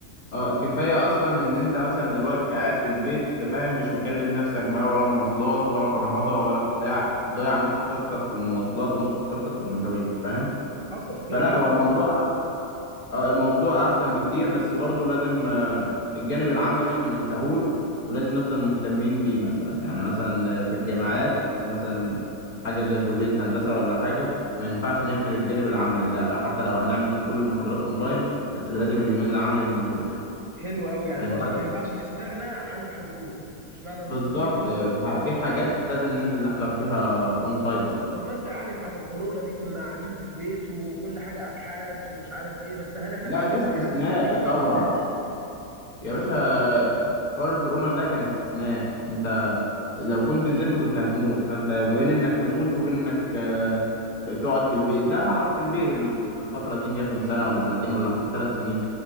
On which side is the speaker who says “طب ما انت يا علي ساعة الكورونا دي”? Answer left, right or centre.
Right